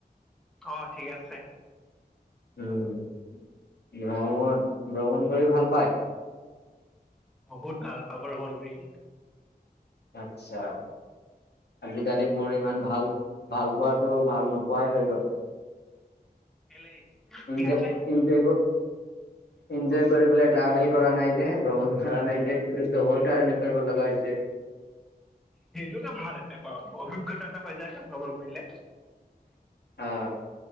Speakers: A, in the centre; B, on the left.
A: অ ঠিক আছে
B: উম ভ্ৰমণ ভ্ৰমণ কৰি ভাল পায়
A: বহুত ভাল পাও ভ্ৰমণ কৰি
B: আচ্ছা আজিকালি মোৰ ইমান ভাল ভাল পোৱাটো ভাল নোপোৱাই হৈ গ'ল
A: কেলে
B: এনজয়
A: কি হৈছে?
B: এনজয় এনজয় কৰিবলে ট্ৰেভেল কৰা নাই যে ভ্ৰমণ কৰা নাই যে জবৰ কাৰণে কৰিব লগা হৈছে <inaudible>
A: সেইটো ত এ অভিজ্ঞতা এটা হৈ যায় ত ভ্ৰমণ কৰিলে
B: অ